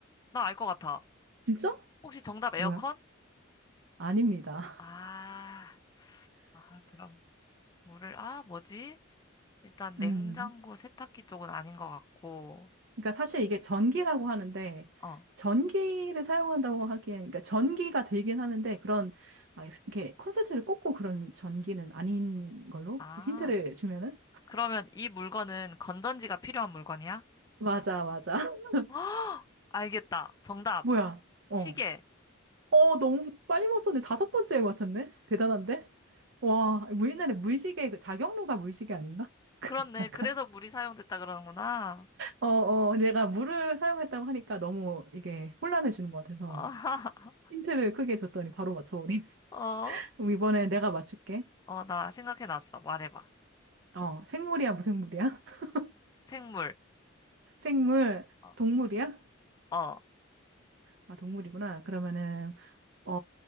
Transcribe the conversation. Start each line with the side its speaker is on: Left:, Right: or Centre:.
Left: 나 알 것 같아.
Right: 진짜?
Left: 혹시 정답
Right: 뭐야?
Left: 에어컨?
Right: 아닙니다.
Left: 아, 아, 그럼 물을, 아, 뭐지? 일단
Right: <laughs>
Left: 냉장고,
Right: 음.
Left: 세탁기 쪽은 아닌 것 같고,
Right: 그러니까 사실 이게 전기라고 하는데
Left: 어,
Right: 전기를 사용한다고 하기엔 그러니까 전기가 들긴 하는데 그런 막 이렇게 콘센트를 꽂고 그런 전기는 아닌 걸로
Left: 아,
Right: 힌트를 주면은
Left: 그러면 이 물건은 건전지가 필요한 물건이야?
Right: 맞아 맞아 <laughs>
Left: <gasps> 헉! 알겠다. 정답.
Right: 뭐야 어
Left: 시계.
Right: 어 너무 빨리 맞췄네 다섯 번째에 맞췄네 대단한데 와 우리나라 물시계 그 자격로가 물시계 아닌가 <laughs>
Left: 그렇네.
Right: 약간
Left: 그래서 물이 사용됐다 그러는구나.
Right: 어어 내가 물을 사용했다고 하니까 너무 이게 혼란을 주는 것 같아서
Left: <laughs>
Right: 힌트를 크게 줬더니 바로 맞춰버리
Left: 어,
Right: 그럼 이번에 내가 맞출게.
Left: 어, 나 생각해놨어. 말해봐.
Right: 어, 생물이야, 무생물이야? <laughs>
Left: 생물.
Right: 생물,
Left: 어,
Right: 동물이야?
Left: 어.
Right: 아, 동물이구나. 그러면은, 어,